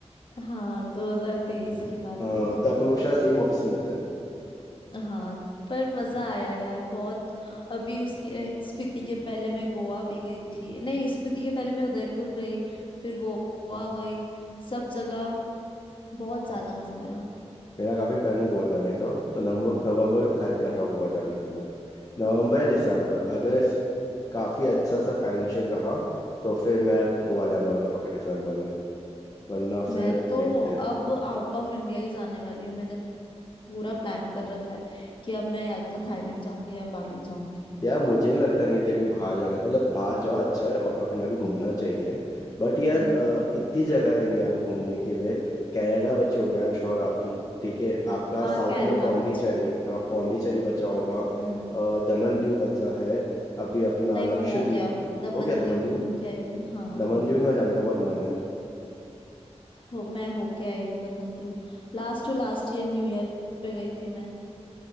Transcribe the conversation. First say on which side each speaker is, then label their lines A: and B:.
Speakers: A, on the left (about 45°); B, on the left (about 30°).
A: हाँ 2023 की बात
B: तो
A: है
B: अपन लोग शायद सेम ऑफिस में थे
A: हाँ पर मजा आया यार बहुत अभी उसके अ, स्पीति के पहले मैं गोवा भी गई थी नहीं स्पीति के पहले मैं उदयपुर गई फिर गोवा गई सब जगह बहुत ज्यादा मजा आया
B: मेरा काफी प्लान है गोवा जाने का तो नवंबर नवंबर में प्लान कर रहा हूँ गोवा जाने का मैं नवंबर या दिसंबर अगर स- काफी अच्छा सा फाइनेंशियल रहा तो फिर मैं गोवा जाने वाला हूँ पक्का दिसंबर में वरना
A: मैं
B: फिर
A: तो
B: देखते हैं
A: अब आउट ऑफ इंडिया ही जाने वाली हूँ मैंने पूरा प्लान कर रखा है कि अब मैं या तो थाईलैंड जाऊंगी या बाली जाऊंगी
B: यार मुझे नहीं लगता नहीं अभी बाहर जाना मतलब बाहर जाओ अच्छा है आउट ऑफ इंडिया भी घूमना चाहिए बट यार
A: हम्म
B: अ, इतनी
A: हम्म।
B: जगह है इंडिया में घूमने के लिए कनाडा बची होगी आई एम श्योर आपकी ठीक है आपका
A: हाँ
B: साउथ
A: केरला
B: में पौंडीचेरी
A: बच्चे
B: हाँ पौंडीचेरी बचा होगा
A: हम्म
B: अ, दमन दीव बचा है अभी अपना
A: नहीं
B: लक्षद्वीप
A: वो हो गया दमन
B: हो गया
A: दीव
B: दमन दीव
A: घूम के आई मैं हाँ
B: दमन दीव में जाने का बहुत मन है
A: हो मैं होके आई हूँ Daman Diu last to last year new year पे गई थी मैं